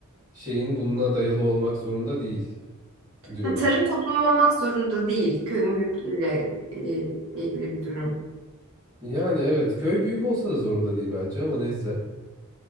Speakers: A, on the right (about 20°); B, on the right (about 75°).
A: şeyin bununla dayalı olmak zorunda değil diyorum.
B: Ha, tarım toplumu olmak zorunda değil. Köyün büyüklüğüyle e, ilgili bir durum.
A: Yani evet köy büyük olsa da zorunda değil bence ama neyse.